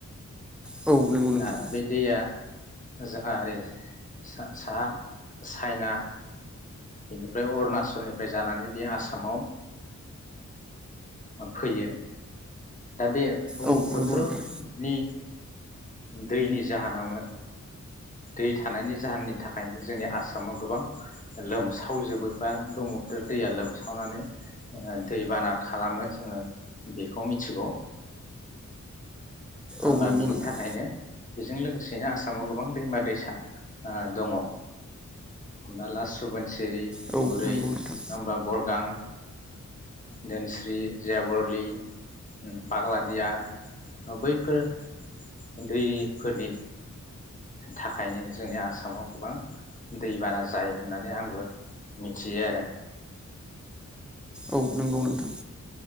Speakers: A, in the centre; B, on the left.
A: औ नंगौ नोंथां
B: ओ बे दैया जोंहा ओरै सा-साहा चाइना बेनिफ्राय अरुणाचलनिफ्राय जानानै बे आसामाव फैयो। दा बे ब्रम्हफुथ्र
A: औ नंगौ नोंथां
B: नि दैनि जाहोनावनो दै थानायनि जाहोननि थाखायनो जोंनि आसामाव गोबां लोमसावजोबो बा ब्रह्मपुत्र दैया लोमसावनानै ओ दै बाना खालामो जोङो बेखौ मिथिगौ। नङा
A: औ
B: होमबा
A: नंगौ
B: बेनि
A: नोंथां
B: थाखायनो बेजों लोगोसेनो आसामाव गोबां दैमा दैसा ओ दङ। हमना ला सुबाय सिरि
A: औ
B: बुरै
A: नंगौ
B: नङा
A: नोंथां
B: होमबा बरगां धोनस्रि जियाबरलि पाग्लादिया बैफोर दैफोरनि थाखायनो जोंनि आसामाव गोबां दैबाना जायो होननानै आंबो मिथियो आरो।
A: औ नंगौ नोंथां